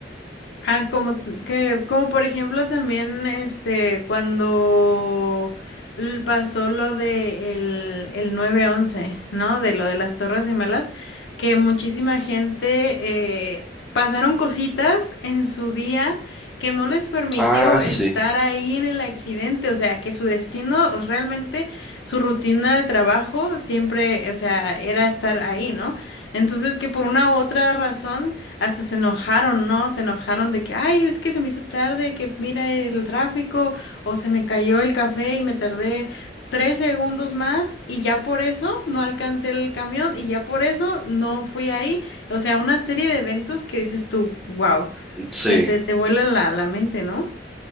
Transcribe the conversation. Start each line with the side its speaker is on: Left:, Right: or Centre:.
Left: Ah, como t- que, como por ejemplo también este cuando l- pasó lo de el, el nueve once, ¿no? De lo de las Torres Gemelas, que muchísima gente eh, pasaron cositas en su día que no les permitió
Centre: Ah,
Left: estar
Centre: sí,
Left: ahí en el accidente, o sea, que su destino realmente, su rutina de trabajo siempre, o sea, era estar ahí, ¿no? Entonces, que por una u otra razón hasta se enojaron, ¿no? Se enojaron de que, ay, es que se me hizo tarde, que mira el tráfico, o se me cayó el café y me tardé tres segundos más y ya por eso no alcancé el camión y ya por eso no fui ahí. O sea, una serie de eventos que dices tú, wow,
Centre: sí.
Left: te, te, te vuela la, la mente, ¿no?